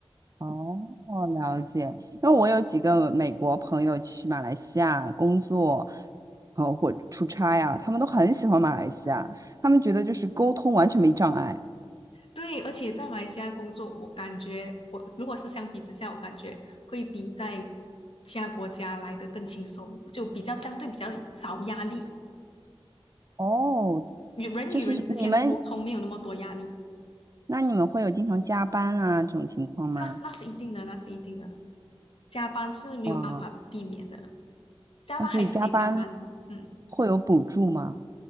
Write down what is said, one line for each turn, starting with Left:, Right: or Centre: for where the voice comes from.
Right: 哦，了解。因为我有几个美国朋友去马来西亚工作，然后或者出差呀、他们都很喜欢马来西亚，他们觉得就是沟通完全没障碍。
Left: 对，而且在马来西亚工作，我感觉我如果是相比之下，我感觉会比在其他国家来的更轻松，就比较相对比较少压力，
Right: 哦，
Left: 与人与人之间的沟通没有那么多压力，
Right: 就是你们，那你们会有经常加班啊这种情况吗？
Left: 那那是一定的，那是一定的。加班是没有办法避免的，
Right: 啊
Left: 加班还是得加班。
Right: 哦，所以加班
Left: 嗯，
Right: 会有补助吗？